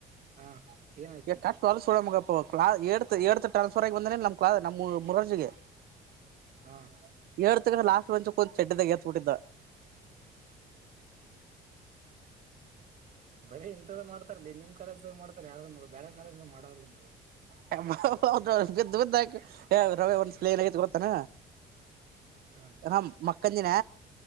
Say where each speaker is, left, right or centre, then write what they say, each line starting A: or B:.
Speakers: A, on the right; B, on the right.
A: ಹಾ
B: <unintelligible>
A: ಏನಾಯ್ತಿ
B: ಎರಡ್ತಾ
A: ಈಗ
B: ಎರಡ್ತಾ ಟ್ರನ್ಸ್ಫರ್ ಆಗಿ ಬಂದೆ ನಮ್ಮ ನಮ್ ಮುರಜಿಗೆ <inaudible>
A: ಹಾ
B: ಏಳ್ ತಕ್ಕ ಲಾಸ್ಟ್ ಬೆಂಚಳ್ಳಿ ಒಂದು ಚಡ್ಡಿದಾಗ ಎತ್ಬಿಟ್ಟಿದ್ದ
A: ಬರೇ ಇಂಥದ ಮಾಡ್ತಾರಲಿ ನಿಮ್ ಕಾಲೇಜ್ದಾಗ ಮಾಡ್ತಾರ ಯಾರಾದ ಬೇರೆ ಕಾಲೇಜ್ದಾಗ ಮಾಡಾರಲ್ಲಂತ
B: <unintelligible> ಬಿದ್ದ ಬಿದ್ದಾಕ ರವೆ ಒಂದ್ಸಲ ಏನಾಗತ್ ಗೊತ್ತಾನ
A: ಹಾ
B: ನನ್ ಮಕ್ಕಂದಿನ